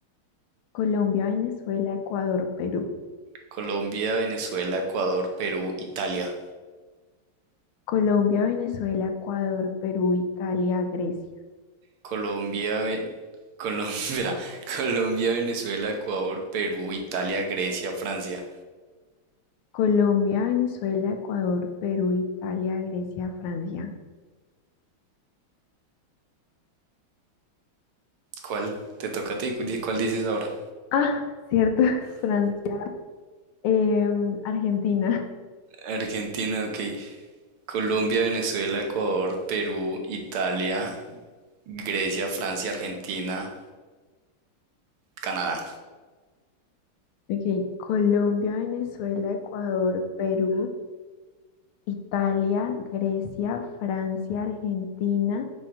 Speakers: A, on the left; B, on the right.
A: Colombia, Venezuela, Ecuador, Perú.
B: Colombia, Venezuela, Ecuador, Perú, Italia.
A: Colombia, Venezuela, Ecuador, Perú, Italia, Grecia.
B: Colombia, Ve- Colom- <laughs> espera, Colombia, Venezuela, Ecuador, Perú, Italia, Grecia, Francia.
A: Colombia, Venezuela, Ecuador, Perú, Italia, Grecia, Francia.
B: ¿Cuál? Te toca a ti. cu- di- ¿Cuál dices ahora?
A: Ah, cierto, <laughs> Francia. Em, Argentina,
B: Argentina, ok. Colombia, Venezuela, Ecuador, Perú, Italia, Grecia, Francia, Argentina, Canadá.
A: <laughs> ok, Colombia, Venezuela, Ecuador, Perú, Italia, Grecia, Francia, Argentina,